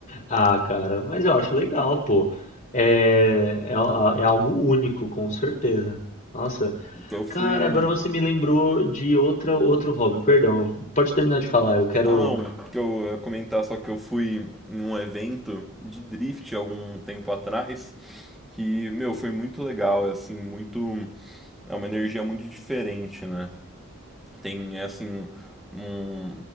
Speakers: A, on the left; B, in the centre.
A: Ah, cara, mas eu acho legal, pô. É, é, a- é algo único, com certeza. Nossa,
B: Então eu fui.
A: cara, agora
B: hum,
A: você me lembrou de outra, outro hobby, perdão. Pode terminar de falar, eu quero.
B: Ah não, que eu ia comentar só que eu fui em um evento de drift algum tempo atrás. que, meu, foi muito legal, é, assim, muito, é uma energia muito diferente, né? Tem, é, assim, um,